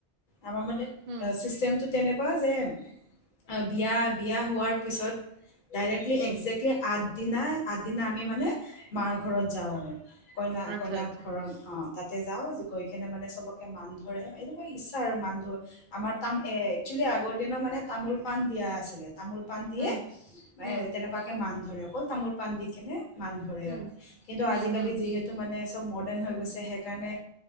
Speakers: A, on the left; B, on the right.
A: আমাৰ মানে
B: হুম
A: চিষ্টেমটো তেনেক- কোৱা যে অ বিয়া বিয়া হোৱাৰ পিছত। ডাইৰেক্টিলি
B: হুম
A: এক্জে্টি আদ- দিনাই আগদিনা আমি মানে মাৰ ঘৰত যাওঁ আৰু। কইনা
B: আচ্ছা
A: কইনাক
B: আচ্ছা
A: ঘৰৰ অহ। তাতে যাওঁ গৈ কিনে মানে চবকে মান ধৰে সেটো মই ইচ্ছা আৰু মান ধ আমাৰ তা এ একচেলি আগৰ দিনৰ মানে তামোল পাণ দিয়া আছিলে। তামোল পাণ দিয়ে
B: হুম হুম
A: তেনেকুৱাকে মান ধৰে। অকল তামোল পাণ দি কেনে মান ধৰে
B: হুম
A: আৰু কিন্তু
B: হুম
A: আজিকালি
B: হুম
A: যিহেতু মানে। চব মডেৰ্ণ হৈ গৈছে সেইকাৰণে